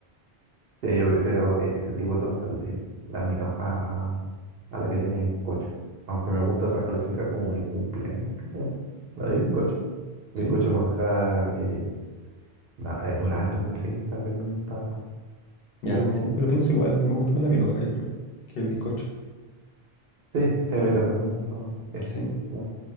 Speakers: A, on the right; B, on the left.
A: sí, yo prefiero e- ese tipo de torta, el- el- la mira a, a la que tiene bizcocho. Aunque me gusta esa clásica como del cumpleaños, ¿qué se llama? La
B: ¿Mm?
A: de bizcocho. Bizcocho
B: ¿Sí?
A: manjar, eh, la de durazno, algo así, también me gusta.
B: Ya,
A: Pero
B: sí, pero pienso igual, me gusta más la milhoja yo creo, que el bizcocho.
A: sí, sí, a mí
B: Y-
A: también me gusta más. Es
B: sí.
A: la,